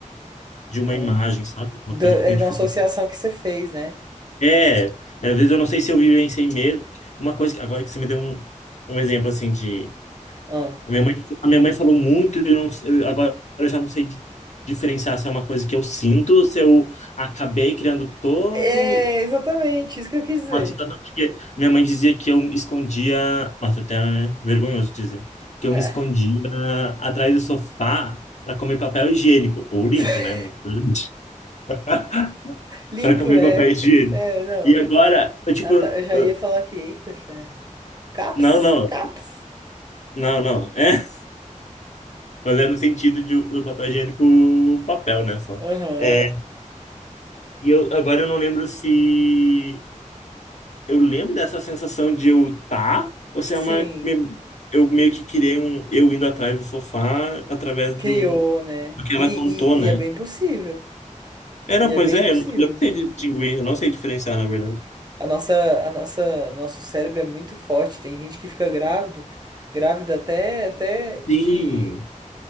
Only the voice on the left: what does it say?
de
uma imagem, sabe? Uma
coisa que eu
tenho
dificuldade.
É, às vezes eu não sei se eu vivenciei mesmo. Uma coisa que agora que você me deu um um exemplo assim de
A minha mãe, a minha mãe falou muito, e eu não, sei- eu, agora eu já não sei di- diferenciar se é uma coisa que eu sinto, ou se eu acabei criando todo
uma situação, porque minha mãe dizia que eu me escondia, nossa, até é vergonhoso dizer, que eu
me escondia atrás do sofá para comer papel higiênico, ou limpo,
né? na verdade. <laughs>
Pra comer
papel higiênico.
E agora, eu, tipo,
eu-
eu-
não, não,
não, não. É, mas é no sentido de, do papel higiênico, papel, né? Só.
É, E eu agora eu não lembro se eu lembro dessa sensação de eu tá, ou se
é uma me- eu meio que criei um eu indo atrás do sofá através
do,
do que
ela
contou, né?
É, não,
pois
é,
eu não eu não sei distinguir, eu não sei diferenciar, na verdade.
Sim,